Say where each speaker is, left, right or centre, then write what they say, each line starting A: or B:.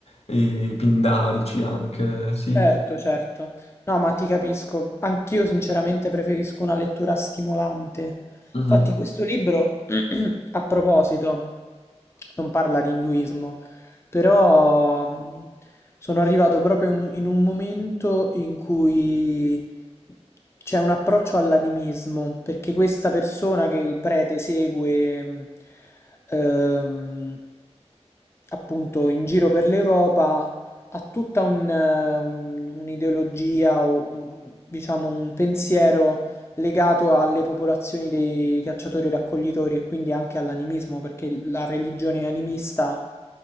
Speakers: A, on the left; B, on the left.
A: e pindarici anche, sì.
B: Certo, certo. No, ma ti capisco. Anch'io sinceramente preferisco una lettura stimolante.
A: Mhm,
B: Infatti questo libro a proposito, non parla di induismo, però mh, sono arrivato proprio in, in un momento in cui c'è un approccio all'animismo, perché questa persona che il prete segue, mh, ehm, appunto in giro per l'Europa ha tutta un, eh, un- un'ideologia o un- diciamo un pensiero legato alle popolazioni dei cacciatori-raccoglitori e raccoglitori e quindi anche all'animismo, perché la religione animista